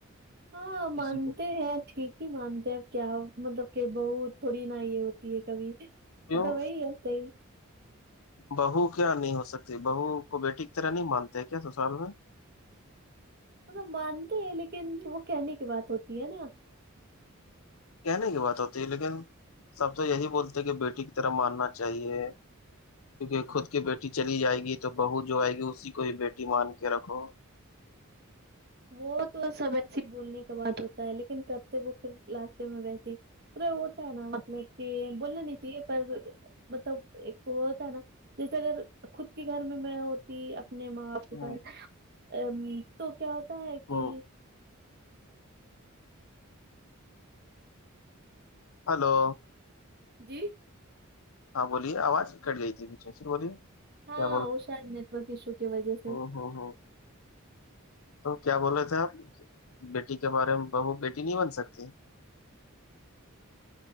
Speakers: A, on the right; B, on the left.
A: ہاں
B: کسی
A: مانتے
B: کو
A: ہیں ٹھیک نہیں مانتے ہیں کیا مطلب کہ بہت تھوڑی نا یہ ہوتی ہے کبھی مطلب
B: کیوں
A: وہی ہے صحیح
B: بہو کیا نہیں ہو سکتی بہو کو بیٹی کی طرح نہیں مانتے ہیں کیا سسال میں
A: ملب مانتے ہیں لیکن وہ کہنے کی بات ہوتی ہے نا
B: کہنے کی بات ہوتی ہے لیکن سب تو یہی بولتے کہ بیٹی کی طرح ماننا چاہیے کیونکہ خود کی بیٹی چلی جائے گی تو بہو جو آئے گی اسی کو ہی بیٹی مان کے رکھو
A: وہ تو سب ایسے بولنے کا بات ہوتا ہے لیکن کرتے وہ پھر لاستے میں ویس ہی پورا ہوتا ہے نا مطلب کہ بولنا نہیں چاہیے پر مطلب ایک وہ ہوتا ہے نا جیسے اگر خود کے گھر میں میں ہوتی اپنے ماں آپ
B: ہوں
A: کے پاس ا تو کیا ہوتا ہے کہ
B: وہ ہلو
A: جی
B: ہاں بولیے آواز کٹ گئی بیچ میں پر بولیے
A: ہاں
B: کیا
A: وہ شاید نیٹورک ایشو کی و جہ سے
B: ہاں ہاں تو کیا بولے تھے آپ بیٹی کے بارے میں بہو بیٹی نہیں بن سکتی